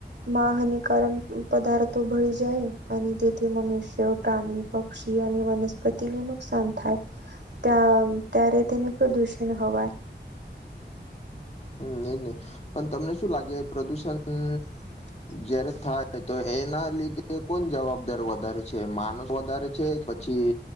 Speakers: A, on the right (about 70°); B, on the left (about 35°).
A: માહની કારણ પદાર્થો ભળ જાય અને તેથી મનુષ્ય પ્રાણી પક્ષી અને વનસ્પતિને નુકસાન થાય. ત્યા ત્યારે તેને પ્રદુષણ હવા
B: હમ એ નહી પણ તમને શું લાગે પ્રદૂષણ
A: <unintelligible>
B: જયારે થાય તો એના લીધે કોણ જવાબદાર વધારે છે માણસ વધારે છે પછી